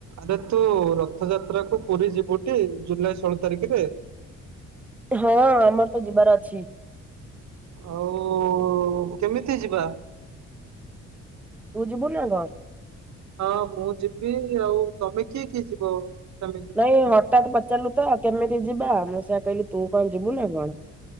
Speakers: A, on the right; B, in the centre.
A: ଆରେ ତୁ ରଥଯାତ୍ରା କୁ ପୁରୀ ଯିବୁଟି ଜୁଲାଇ ଷୋହଳ ତାରିଖରେ?
B: ହଁ ଆମର ତ ଯିବାର ଅଛି।
A: ଆଉ କେମିତି ଯିବା?
B: ତୁ ଯିବୁନା କଣ୍?
A: ହଁ ମୁଁ ଯିବି ଆଉ ତମେ କିଏ କିଏ ଯିବ ଫାମିଲି?
B: ନାଇ ହଠାତ୍ ପଚାରିଲୁ ତ କେମିତି ଯିବା ମୁଁ ସେଇଆ କହିଲି ତୁ କଣ ଯିବୁ ନା କଣ୍।